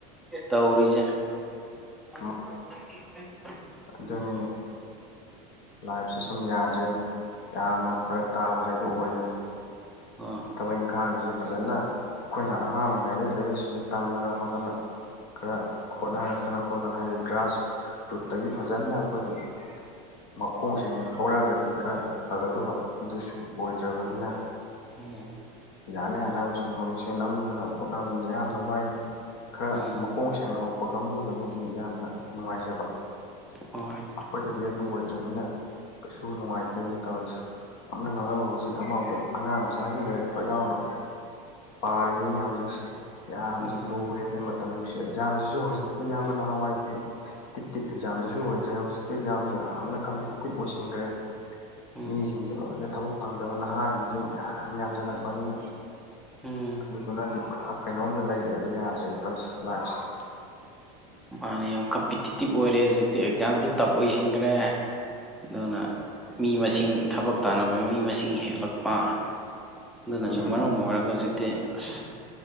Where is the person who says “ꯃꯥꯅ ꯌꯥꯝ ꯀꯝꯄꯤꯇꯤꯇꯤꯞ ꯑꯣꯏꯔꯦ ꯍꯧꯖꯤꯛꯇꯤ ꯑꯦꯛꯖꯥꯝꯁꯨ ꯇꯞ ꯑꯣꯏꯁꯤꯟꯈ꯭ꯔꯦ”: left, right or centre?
Centre